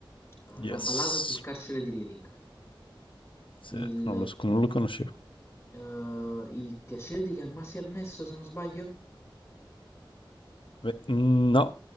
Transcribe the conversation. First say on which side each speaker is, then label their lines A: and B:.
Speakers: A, on the left; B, on the left.
A: Eh,
B: yes.
A: la ballata sul carcere di Reading.
B: Sì,
A: Il,
B: non lo s non lo conoscevo.
A: eh, il piacere di calmarsi Ernesto, se non sbaglio?
B: Beh, mhmm, no,